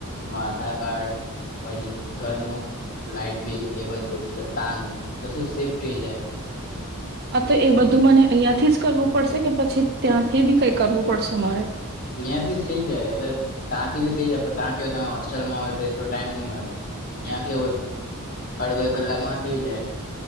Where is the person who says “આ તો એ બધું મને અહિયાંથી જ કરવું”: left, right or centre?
Right